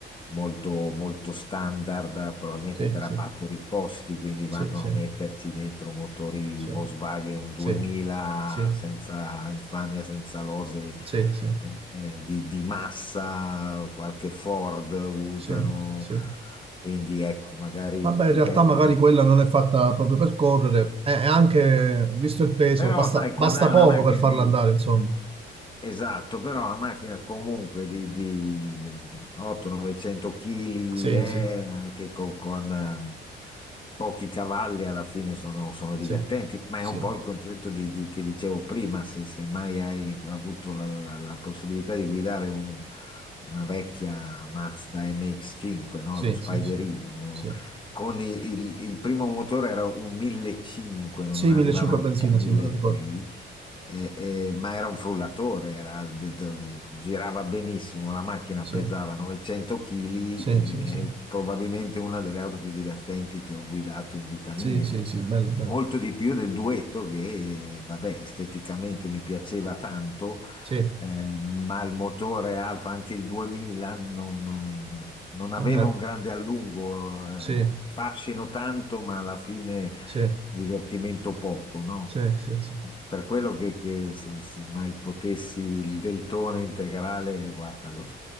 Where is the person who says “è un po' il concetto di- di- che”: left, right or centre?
Left